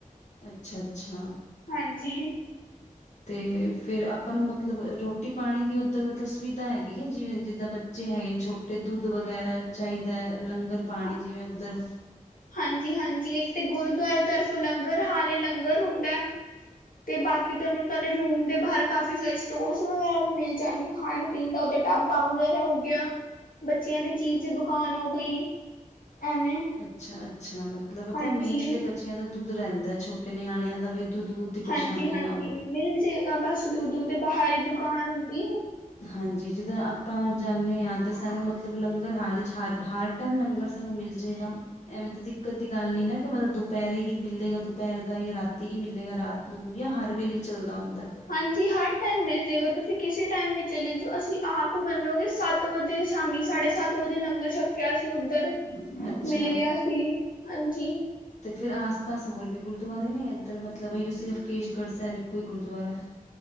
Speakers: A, on the left (about 55°); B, on the left (about 80°).
A: ਅੱਛਾ ਅੱਛਾ।
B: ਹਾਂਜੀ।
A: ਤੇ ਫੇਰ ਆਪਾਂ ਨੂੰ ਮਤਲਬ ਰੋਟੀ ਪਾਣੀ ਦੀ ਉੱਧਰ ਮਤਲਬ ਸੁਵਿਧਾ ਹੈਗੀ ਹੈ ਜਿਵੇਂ ਜਿੱਦਾਂ ਬ ਜਚੇ ਹੈਗੇ ਨੇ ਛੋਟੇ ਦੁੱਧ ਵਗੈਰਾ ਚਾਹੀਦਾ ਲੰਗਰ ਪਾਣੀ
B: ਹਾਂ-
A: ਜਿਵੇਂ ਉੱਧਰ।
B: ਹਾਂਜੀ ਹਾਂਜੀ ਇੱਕ ਤੇ ਗੁਰੂਦੁਆਰੇ ਤਰਫੋਂ ਲੰਗਰ ਹਾਲੇ ਲੰਗਰ ਹੁੰਦਾ ਹੈ। ਤੇ ਬਾਕੀ ਤੁਹਾਨੂੰ ਤੁਹਾਡੇ ਰੂਮ ਦੇ ਬਾਹਰ ਕਾਫੀ ਸਾਰੇ ਸਟੋਰਸ ਵਗੈਰਾ ਵੀ ਮਿਲ ਜਾਣਗੇ। ਖਾਣ ਪੀਣ ਦਾ ਉੱਧਰ ਢਾਬਾ ਵਗੈਰਾ ਹੋ ਗਿਆ ਬੱਚਿਆਂ ਦੀ ਚੀਜ਼ ਦੀ ਦੁਕਾਨ ਹੋ ਗਈ। ਐਵੇਂ।
A: ਅੱਛਾ ਅੱਛਾ ਮਤਲਬ
B: ਹਾਂਜੀ
A: ਤਾਂ ਮੇਨ ਤਾਂ ਬੱਚਿਆਂ ਦਾ ਦੁੱਧ ਰਹਿੰਦਾ ਛੋਟੇ ਨਿਆਣਿਆਂ ਦਾ ਵੀ ਇੱਧ ਦੁੱਧ ਦੀ ਪਰੇਸ਼ਾਨੀ
B: ਹਾਂਜੀ ਹਾਂਜੀ
A: ਨਾ ਹੋਵੇ
B: ਮਿਲ ਜੇਗਾ ਬਸ ਦੂਰ ਦੂਰ ਤੇ ਬਾਹਰੀ ਦੁਕਾਨ ਹੁੰਦੀ।
A: ਹਾਂਜੀ ਜਿੱਦਾਂ ਆਪਾਂ ਜਾਂਦੇ ਹਾਂ ਤਾਂ ਸਾਨੂੰ ਮਤਲਬ ਲੰਗਰ ਹਾਲ ਵਿੱਚ ਹਾਰ ਹਾਰਟ ਟਮ ਲੰਗਰ ਸਾਨੂੰ ਮਿਲ ਜਾਏਗਾ। ਐਵੇਂ ਤਾਂ ਦਿੱਕਤ ਦੀ ਗੱਲ ਨੀ ਨਾ ਕਿ ਮਤਲਬ ਦੁਪਹਿਰੇ ਹੀ ਮਿਲੇਗਾ ਦੁਪਹਿਰ ਦਾ ਜਾਂ ਰਾਤੀ ਹੀ ਮਿਲੇਗਾ ਰਾਤ ਆ ਹਰ ਵੇਲੇ ਚੱਲਦਾ ਹੁੰਦਾ।
B: ਹਾਂਜੀ ਹਰ ਟਾਈਮ ਮਿਲ ਜਏਗਾ ਤੁਸੀਂ ਕਿਸੇ ਟਾਈਮ ਵੀ ਚਲੇ ਜਾ ਅਸੀਂ ਆਪ ਮੰਨੋਗੇ ਸੱਤ ਸੱਤ ਵਜੇ ਸ਼ਾਮੀ ਸਾਢੇ ਸੱਤ ਵਜੇ ਲੰਗਰ ਛਕਿਆ ਸੀ ਉੱਧਰ।
A: ਅੱਛਾ
B: ਮਿਲ ਗਿਆ ਸੀ ਹਾਂਜੀ।
A: ਅਤੇ ਫਿਰ ਆਸ ਪਾਸ ਹੋਰ ਵੀ ਗੁਰਦੁਆਰੇ ਨੇ ਇੱਧਰ ਮਤਲਬ ਹੈ ਉਹ ਸਿਰਫ ਕੇਸ਼ਗੜ੍ਹ ਸਾਹਿਬ ਇੱਕੋ ਹੀ ਗੁਰਦੁਆਰਾ ਹੈ।